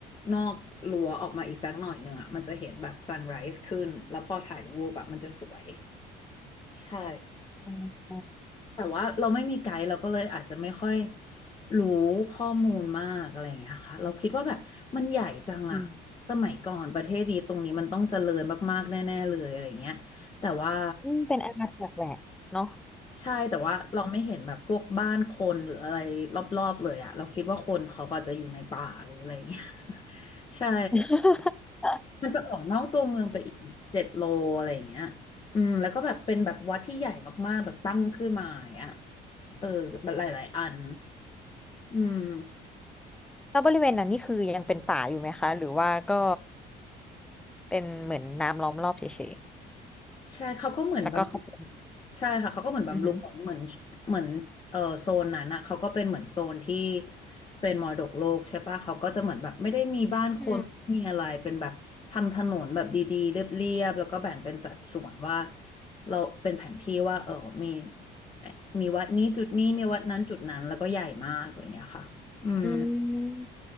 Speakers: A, on the left; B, in the centre.
A: นอกรั้วออกมาอีกสักหน่อยหนึ่งอ่ะมันจะเห็นแบบซันไร s ์ขึ้นแล้วพอถ่ายรูปแบบมันจะสวยใช่
B: อ
A: แต่ว่าเราไม่มีไกด์เราก็เลยอาจจะไม่ค่อยรู้ข้อมูลมากอะไรอย่างเงี้ยค่ะเราคิดว่าแบบมันใหญ่จังอะสมัยก่อนประเทศนี้ตรงนี้มันต้องเจริญมากๆแน่ๆเลยอะไรอย่างเงี้ยแต่ว่า
B: ืม อืมเป็นอาณาจักรแหละเนาะ
A: ใช่แต่ว่าเราไม่เห็นแบบพวกบ้านคนหรืออะไรรอบๆเลยอะเราคิดว่าคนเขาก็อาจจะอยู่ในป่าหรืออะไรอย่างเงี้ย <laughs> ใช่
B: <laughs>
A: มันจะออกนอกตัวเมืองไปอีกเจ็ดโลอะไรอย่างเงี้ยอืมแล้วก็แบบเป็นแบบวัดที่ใหญ่มากๆแบบตั้งขึ้นมาอย่างเงี้ยเออแบบหลายๆอัน อืม
B: แล้วบริเวณนั้นนี่คือยังเป็นป่าอยู่ไหมคะหรือว่าก็เป็นเหมือนน้ำล้อมรอบเฉย
A: ใช่เขาก็เหมือนบำรุง
B: ๆแล้วก็เข้าไป
A: ใช่ค่ะเขาก็เหมือนบำรุงเหมือนเหมือนเหมือนเออโซนนั้นอ่ะเขาก็เป็นเหมือนโซนที่
B: อือหือ
A: เป็นมรดกโลกใช่ปะเขาก็จะเหมือนแบบไม่ได้มีบ้านคนไม่มีอะไรเป็นแบบทำถนนแบบดีๆเรียบๆแล้วก็แบ่งเป็นสัดส่วนว่า
B: อืม
A: เราเป็นแผนที่ว่าเออมีเอ่อมีวัดนี้จุดนี้มีวัดนั้นจุดนั้นแล้วก็ใหญ่มากอะไรอย่างเงี้ยค่ะอืม
B: อืม